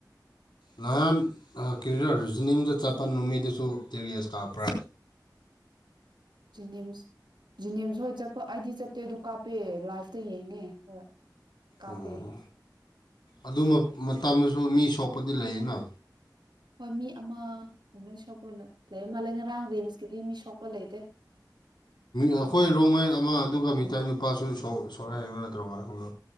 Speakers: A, on the left (about 80°); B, on the right (about 80°).
A: ꯅꯍꯥꯟ ꯀꯔꯤꯔ ꯔꯤꯖꯅꯤꯡꯗ ꯆꯠꯄ ꯅꯨꯃꯤꯠꯠꯇꯁꯨ ꯇꯦꯔꯤꯌꯦꯁ ꯀꯥꯞꯄ꯭ꯔꯥ
B: ꯖꯦꯅꯤꯝꯁ ꯖꯤꯅꯤꯝꯁ ꯍꯣꯏ ꯆꯠꯄ ꯑꯩꯗꯤ ꯆꯠꯇꯦ ꯑꯗꯨ ꯀꯥꯞꯄꯦ ꯂꯥꯏꯐꯇ ꯌꯦꯡꯉꯦ ꯍꯣꯏ꯫ ꯀꯥꯞꯄꯦ
A: ꯑꯣ ꯑꯗꯨ ꯃꯇꯝꯗꯁꯨ ꯃꯤ ꯁꯣꯛꯄꯗꯤ ꯂꯩꯌꯦꯅ
B: ꯍꯣꯏ ꯃꯤ ꯑꯃ ꯁꯣꯛꯄ ꯂꯩ ꯃꯥꯜꯂꯦ ꯉꯔꯥꯡ ꯔꯤꯝꯁꯀꯤꯗꯤ ꯃꯤ ꯁꯣꯛꯄ ꯂꯩꯇꯦ꯫
A: ꯑꯩꯈꯣꯏ ꯔꯣꯃꯩ ꯑꯃ ꯑꯗꯨꯒ ꯃꯤꯇꯩ ꯅꯨꯄꯥꯁꯨ ꯁꯣꯛ ꯁꯣꯛꯑꯦ ꯍꯥꯏꯕ ꯅꯠꯇ꯭ꯔꯣ ꯉꯔꯥꯡꯗꯣ꯫